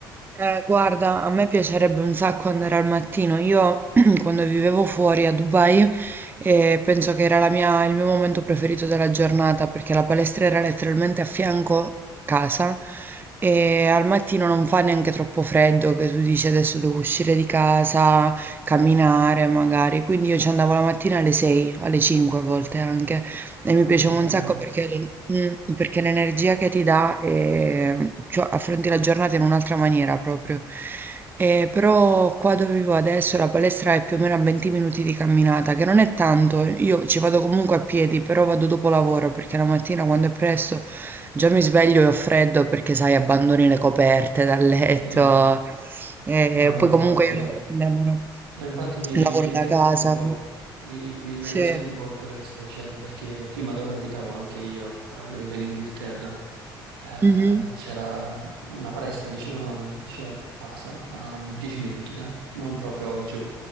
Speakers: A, on the right; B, on the right.
A: Eh, guarda, a me piacerebbe un sacco andare al mattino. Io <clears throat> quando vivevo fuori a Dubai, eh, penso che era la mia- il mio momento preferito della giornata perché la palestra era letteralmente a fianco casa e al mattino non fa neanche troppo freddo che tu dici adesso devo uscire di casa, camminare magari. Quindi io ci andavo la mattina alle 6, alle 5 a volte anche. E mi
B: Ah,
A: piaceva
B: va bene,
A: un sacco perché l'en- mm, perché l'energia che ti dà, eh, cioè, affronti la giornata in un'altra maniera proprio. Eh, però qua dove vivo adesso la palestra è più o meno a 20 minuti di camminata, che non è tanto, io ci vado comunque a piedi, però vado dopo lavoro perché la mattina quando è presto già mi sveglio e ho freddo perché sai, abbandoni le coperte dal letto,
B: sì.
A: Eh,
B: No,
A: poi
B: infatti,
A: comunque io la- lavoro,
B: no, infatti mi,
A: lavoro
B: mi immedesimo
A: da casa.
B: un po', mi, mi immedesimo
A: Sì.
B: un po' in quello che sto dicendo perché prima dove abitavo anche io, ah, io vivo in Inghilterra. Eh,
A: Mhm.
B: c'era una palestra vicino, vicino a casa, a 10 minuti, dai, non proprio giù,